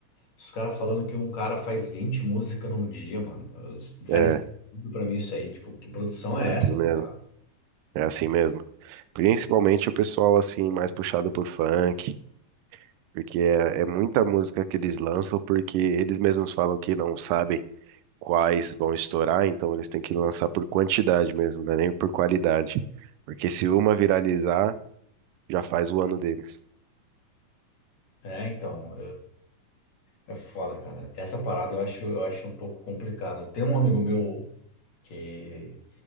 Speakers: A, on the left; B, on the right.
A: Os caras falando que um cara faz 20 músicas num dia, mano. Eu- Não faz
B: É,
A: nem sentido
B: é
A: pra mim isso aí. Tipo, que produção é
B: assim
A: essa,
B: mesmo.
A: tá ligado?
B: É assim mesmo. Principalmente o pessoal, assim, mais puxado por funk, porque é, é muita música que eles lançam, porque eles mesmos falam que não sabem quais vão estourar, então eles têm que lançar por quantidade mesmo, né? Nem por qualidade. Porque se uma viralizar, já faz o ano deles.
A: É, então, é, é foda, cara. Essa parada eu acho, eu acho um pouco complicado. Tem um amigo meu que